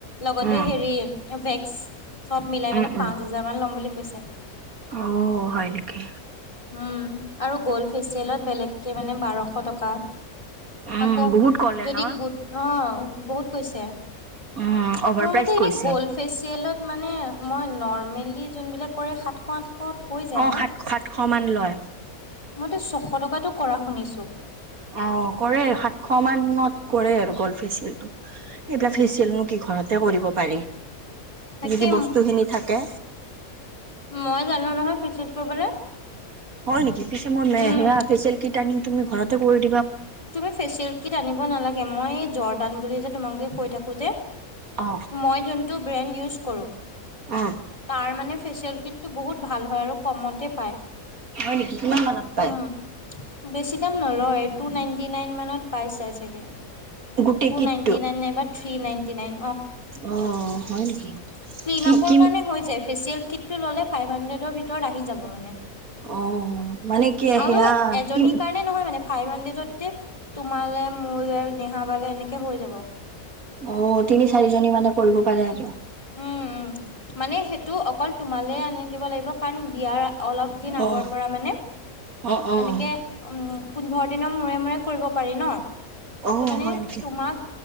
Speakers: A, on the left; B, on the right.
A: লগতে
B: উম
A: হেৰি ভে। চব মিলাই
B: উম
A: মানে
B: উম
A: পাঁচ হাজাৰ মান ল'ম বুলি কৈছে।
B: অ হয় নেকি।
A: উম আৰু গ'ল্ড ফেচিয়েলত বেলেগকে মানে বাৰশ টকা।
B: উম
A: আকৌ
B: বহুত ক'লে
A: যদি
B: ন
A: গোট অ বহুত কৈছে।
B: উম অভাৰ
A: মোৰ
B: প্ৰাইজ
A: মতে এনেই
B: কৈছে
A: গ'ল্ড ফেচিয়েলৰ। মানে মই নৰ্মেলি যোনবিলাক কৰে সাতশ আঠশ হৈ যায়
B: অ
A: ন।
B: সাত সাতশ মান লয়।
A: মইতো ছশ টকাতো কৰা শুনিছো।
B: অ কৰে সাতশ মান। ত কৰে আৰু গ'ল ফেচিয়েল টো এইবিলাক
A: উম,
B: ফেচিয়েলনো কি ঘৰতে কৰিব পাৰি।
A: তাকে
B: যদি বস্তুখিনি থাকে।
A: মই জানোঁ নহয় ফিচিয়েল কৰিবলে।
B: হ'য় নেকি পিছে মই মে
A: উম।
B: সেইয়া ফেচিয়েলকিট আনিম তুমি ঘৰতে কৰি দিব।
A: তুমি ফেচিয়েলকিট আনিব নালাগে মই জৰ্দান বুলি যে তোমাক কৈ থাকোঁ যে।
B: অ
A: মই যোনটো ব্ৰেণ্ড ইউজ কৰোঁ।
B: অ
A: তাৰ মানে ফেচিয়েলকিটটো বহুত ভাল হ'য় আৰু কমতে পায়।
B: হয় নেকি কিমান মানত পাই।
A: উম বেছি দাম নলয় টু নাইনটি নাইন মানত পাই চাই চাগে।
B: গোটেই
A: টু
B: কিটটো
A: নাইনটি নাইন নাই বা থ্ৰী নাইনটি নাইন।
B: অ হয় নেকি।
A: ক্লিনআপ
B: কি কি
A: কাৰনে হ'য় যাই। ফেচিয়েল কিটটো ল'লে ফাইভ হানড্ৰেড ভিতৰত আহি যাব মানে।
B: অ' মানে কি
A: আৰু
B: সেয়া
A: এজনীৰ
B: কি
A: কাৰণে নহয় মানে। ফাইভ হানড্ৰেড যে তোমলে, মোলে, নেহা বাইলে এনেকে হ'য় যাব।
B: অ তিনি চাৰিজনী মানে কৰিব পাৰে আৰু।
A: উম উম মানে সেইটো অকল তোমালে আনি দিব লাগিব কাৰণ বিয়াৰ। অলপ দিন আগৰ
B: অ'
A: পৰা মানে
B: অ' অ'।
A: এনেকে উম। পোন্ধৰ দিনৰ মূৰে মূৰে কৰিব পাৰি ন।
B: অ'
A: ত মানে
B: হয় নেকি?
A: তোমাক